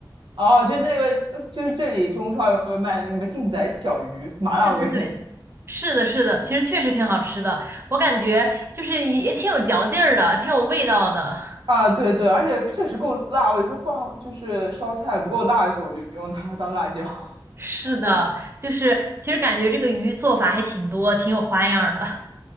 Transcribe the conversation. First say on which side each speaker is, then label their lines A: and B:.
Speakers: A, on the right; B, on the right.
A: 哦，就那个，呃就是这里中超有卖那个什么劲仔小鱼，麻辣味。
B: 对对对，是的，是的，其实确实挺好吃的，我感觉就是也也挺有嚼劲儿的，挺有味道的。
A: 啊，对对，而且确实够辣。我有时候放就是烧菜不够辣的时候，我就用它当辣椒。<laughs>
B: 是的，就是其实感觉这个鱼做法还挺多，挺有花样儿的。